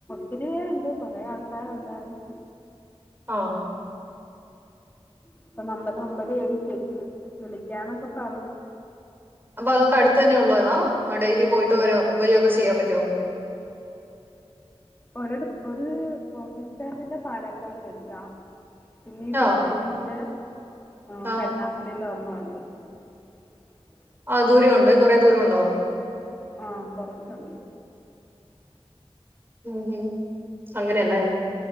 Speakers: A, on the left; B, on the right.
A: ഒത്തിരി പേരുണ്ട്. കൊറെ ആൾക്കാരുണ്ടായിരുന്നു.
B: ഓ
A: അപ്പോ <unintelligible> വിളിക്കാന്നൊക്കെ പറഞ്ഞു.
B: അപ്പ അതൊക്ക അടുത്ത് തന്നെ ഉള്ളവരാ? ഡെയിലി പോയിട്ട് വരോ വരോക്കെ ചെയ്യാൻ പറ്റോ?
A: ഒരിട ഒര് ഓഫീസ് സ്റ്റാഫിന്റെ പാലക്കാട് വെച്ചാ. പിന്നെ
B: ആഹ്
A: ദില്ലിയിൽ നിന്ന്. ആ
B: ആഹ്
A: കരുനാഗപ്പള്ളിയിൽ ഒരെണ്ണം. <unintelligible>
B: ആ ദൂരമുണ്ട് കുറേ ദൂരമുണ്ടോ?
A: ഉം കൊറച്ചൊണ്ട്.
B: ഉം ഹം അങ്ങനെയല്ലേ?